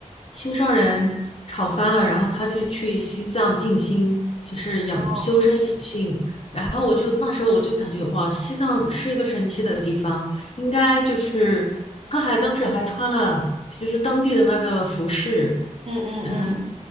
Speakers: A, on the left; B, on the right.
A: 心上人吵翻了，然后她就去西藏静心，就是养修身养性。
B: 哦
A: 然后我就那时候我就感觉哇，西藏是一个神奇的地方，应该就是她还当时还穿了就是当地的那个服饰。
B: 嗯嗯嗯
A: 嗯。